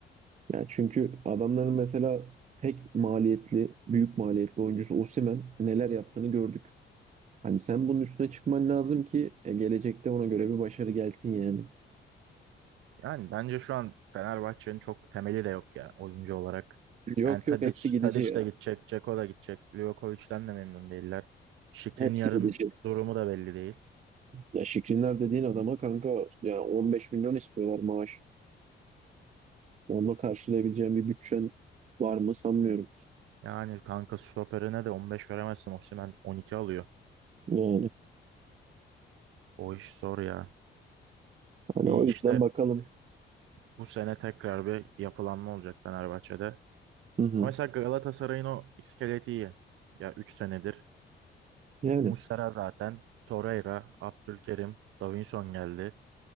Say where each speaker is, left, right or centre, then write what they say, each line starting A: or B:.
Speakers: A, on the right; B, on the right.
A: Yani çünkü adamların mesela tek maliyetli, büyük maliyetli oyuncusu Osimhen neler yaptığını gördük. Hani sen bunun üstüne çıkman lazım ki e, gelecekte ona göre bir başarı gelsin yani.
B: Yani bence şu an Fenerbahçe'nin çok temeli de yok ya oyuncu olarak.
A: Yok
B: Yani Tadic,
A: yok hepsi gidici
B: Tadic
A: ya.
B: de gidecek, Dzeko da gidecek. Livakovic'den de memnun değiller. Şikrin
A: Hepsi
B: yarın
A: gidici.
B: durumu da belli değil.
A: Ya Şikrinler dediğin adama kanka ya 15 milyon istiyorlar maaş. Onunla karşılayabileceğim bir bütçen var mı sanmıyorum.
B: Yani kanka stoperine de 15 veremezsin. Osimhen 12 alıyor.
A: Yani
B: O iş zor ya.
A: hani
B: Bir
A: o yüzden
B: işte
A: bakalım.
B: bu sene tekrar bir yapılanma olacak Fenerbahçe'de.
A: Hı hı.
B: Ama Mesela Galatasaray'ın o iskeleti iyi. Ya 3 senedir.
A: Yani
B: Muslera zaten. Torreira, Abdülkerim, Davinson geldi.